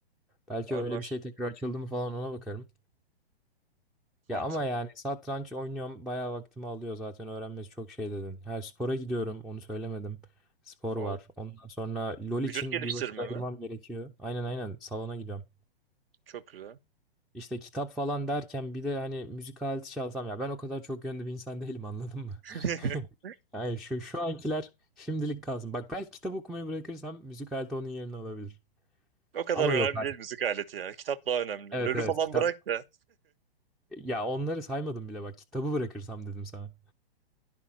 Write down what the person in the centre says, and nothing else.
Belki
öyle
bir şey tekrar açıldı mı falan ona bakarım.
Ya ama yani satranç oynuyorum bayağı vaktimi alıyor zaten öğrenmesi çok şey dedin. Her spora gidiyorum onu söylemedim. Spor
var. Ondan sonra LOL
için
bir vakit ayırmam
gerekiyor. Aynen aynen salona gidiyorum.
İşte kitap falan derken bir de hani müzik aleti çalsam ya ben o kadar çok yönlü bir insan değilim anladın mı?
<laughs> Yani şu şu ankiler şimdilik kalsın. Bak belki kitap okumayı bırakırsam müzik aleti onun yerini alabilir.
Ama
yok hayır.
Evet
evet
kitap.
Ya onları saymadım bile bak kitabı bırakırsam dedim sana.